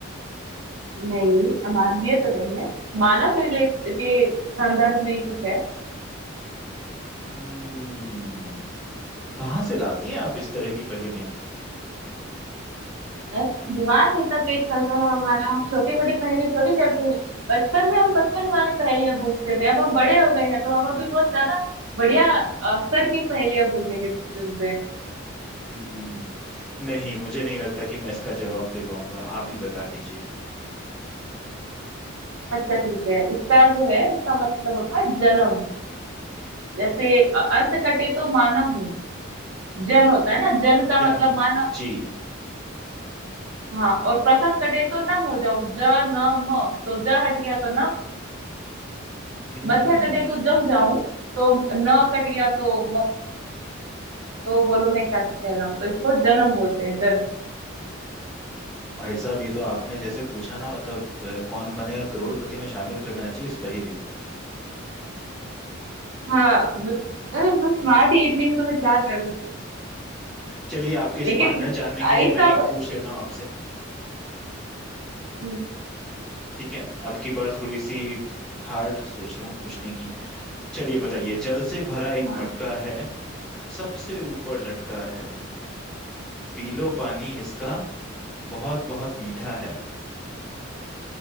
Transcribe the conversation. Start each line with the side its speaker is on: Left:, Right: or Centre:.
Right: नहीं मानवीय तो नहीं है मानव के रिलेट के संदर्भ में ही कुछ है
Centre: हम्म कहाँ से लाती हैं आप इस तरह की पहेलियां
Right: है? दिमाग इतना तेज चलता है हमारा हम छोटी मोटी पहेली थोड़ी करते हैं बचपन में हम बचपन ही वाली पहेलियां बूझते थे अब हम बड़े हो गए हैं तो हम अभी बहुत ज्यादा बढ़िया अ, स्तर की पहेलियां बूझेंगे तुमसे
Centre: हम्म नहीं मुझे नहीं लगता कि मैं इसका जवाब दे पाऊंगा आप ही बता दीजिए
Right: अच्छा ठीक है इसका जो है इसका मतलब होता है जन्म जैसे अ, अंत कटे तो मानव हूँ जन होता है ना जन का
Centre: जन
Right: मतलब मानव
Centre: जी
Right: हाँ और प्रथम कटे तो नम हो जाऊं ज न म तो ज हट गया तो नम
Centre: हम्म
Right: मध्य कटे तो जम जाऊं तो न कट गया तो म तो बोलो मैं क्या कहलाऊं तो इसको जन्म बोलते हैं जन्म
Centre: भाई साहब ये तो आपने जैसे पूछा ना मतलब अ, कौन बनेगा करोड़पति में शामिल करना चाहिए इस पहेली को
Right: हाँ मुझ- अरे मैं स्मार्ट ही इतनी हूँ तो मैं क्या करूँ
Centre: चलिए आपकी स्मार्टनेस
Right: लेकिन
Centre: जानने के
Right: आ,
Centre: लिए
Right: इसका
Centre: मैं एक पूछ लेता हूँ आपसे
Right: हम्म,
Centre: ठीक है अब की बार थोड़ी सी हार्ड सोच रहा हूँ पूछने की चलिए बताइए जल से भरा एक
Right: हाँ
Centre: मटका है सबसे ऊपर लटका है पी लो पानी इसका बहुत बहुत मीठा है